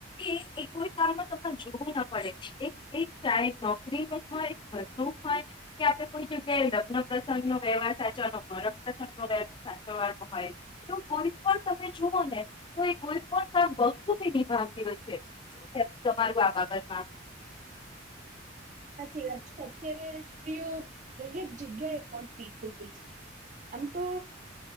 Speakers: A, on the left; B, on the right.
A: એ એ કોઈ કામમાં તમારે જોવું ના પડે એક એક ચહે નોકરી ન હોય હ તો હો કે આપડે કોઈ જગ્યાએ લગ્ન પ્રસંગ નો વ્યવહાર સાચવાનો હો ર પ્રસંગ નો વ્યવહાર સાચવાનો હોય તો કોઈ પણ તમે જુઓ ને તો એ કોઈ પણ વસ્તુી નિભાવતી હો તમારું આ બાબતમા
B: સાચી વાત છે અત્યારે સ્ત્રીઓ દરેક જગ્યાએ પહોચતી થઈ ગઈ છે આમ તો